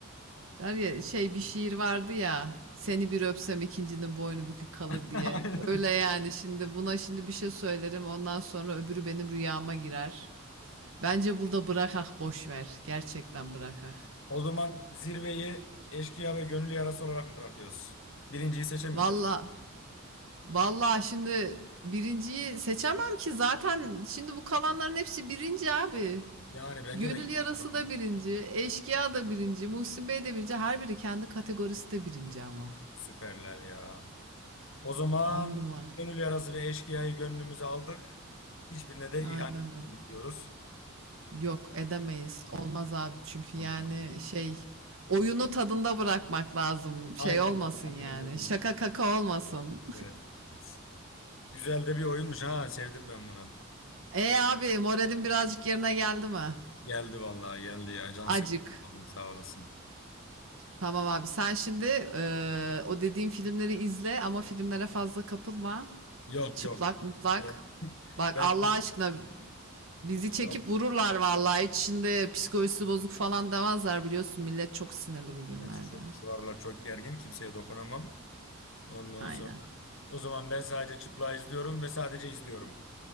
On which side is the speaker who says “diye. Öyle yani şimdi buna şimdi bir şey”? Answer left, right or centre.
Right